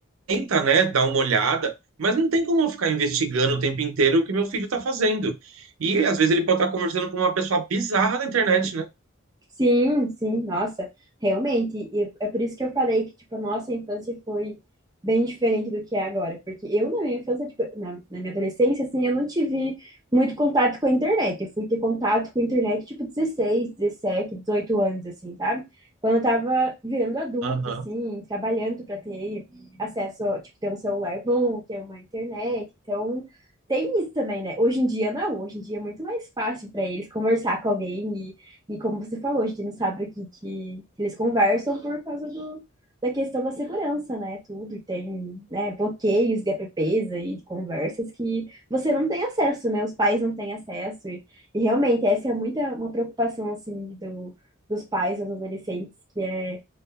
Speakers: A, on the right; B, on the right.
A: tenta, né, dar uma olhada, mas não tem como eu ficar investigando o tempo inteiro o que meu filho está fazendo. E às vezes ele pode estar conversando com uma pessoa bizarra na internet,
B: Sim, sim, nossa, realmente. E é por isso que eu falei que, tipo, a nossa infância foi bem diferente do que é agora. Porque eu, na minha infância, tipo, na, na minha adolescência, assim, eu não tive muito contato com a internet. Eu fui ter contato com a internet, tipo, dezesseis dezessete dezoito anos, assim, sabe? Quando eu tava virando adulta,
A: né?
B: assim, trabalhando para ter acesso, tipo, ter um celular bom, ter uma internet. Então, tem isso também, né? Hoje em dia, não. Hoje em dia é muito mais fácil para eles conversar com alguém e como você falou, a gente não sabe aqui que, que eles conversam por causa do, da questão da segurança, né? Tudo, e tem, né, bloqueios de apps e de conversas que você não tem acesso, né? Os pais não têm acesso. E, e realmente, essa é muita, uma preocupação, assim, do, dos pais, dos adolescentes, que é,